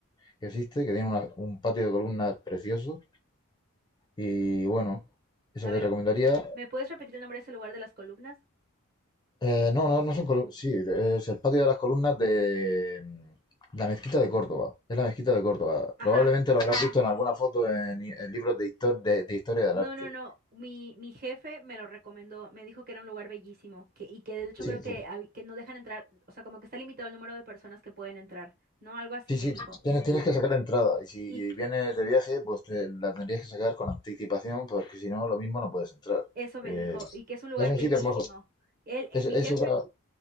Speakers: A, on the left; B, on the right.
A: que existe, que tiene una- un patio de columnas precioso. Y bueno, eso
B: A ver,
A: te recomendaría.
B: ¿me puedes repetir el nombre de ese lugar de las columnas?
A: Eh, no, no, no son columnas. Sí, es el patio de las columnas de mm, la mezquita de Córdoba. Es la mezquita de Córdoba.
B: Ajá,
A: Probablemente lo habrás
B: sí,
A: visto en alguna foto en, en libros de, histor- de, de historia del
B: No,
A: arte.
B: no, no. Mi, mi jefe me lo recomendó. Me dijo que era un lugar bellísimo. Que, y que de hecho
A: Sí,
B: creo que,
A: sí.
B: hab- que no dejan entrar. O sea, como que está limitado el número de personas que pueden entrar. No, algo así
A: Sí,
B: me
A: sí,
B: dijo.
A: tienes, tienes que sacar entrada y si
B: Y
A: vienes de viaje, pues te, la tendrías que sacar con anticipación porque si no, lo mismo no puedes entrar.
B: eso me
A: Eh,
B: dijo. Y que es un lugar
A: es un
B: bellísimo.
A: sitio hermoso.
B: Él, eh,
A: Es,
B: mi
A: es
B: jefe,
A: otra-